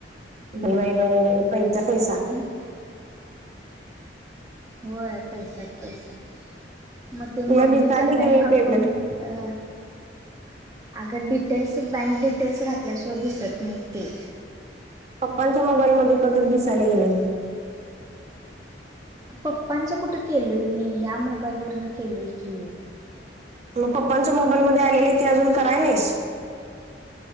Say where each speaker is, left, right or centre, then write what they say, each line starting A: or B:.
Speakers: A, on the right; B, on the right.
A: हो पैचा पैसा
B: <unintelligible> होय पैशात पैसा मग ते
A: तुला
B: मम्मीच्या
A: दिसाले की
B: बँक
A: नाही
B: अकाउंट
A: पेमेंट
B: अ आगं डिटेल्स बँक डिटेल्स घातल्या शिवाय दिसत नाहीत ते.
A: पप्पांच्या मोबाईल मध्ये पण ते दिसायला गेले.
B: पप्पांचं कुठं केलोय मी ह्या मोबाईल वरन केलोय की
A: मग पप्पांचा मोबाईलमध्ये आलेले ते अजून कराय नाहीस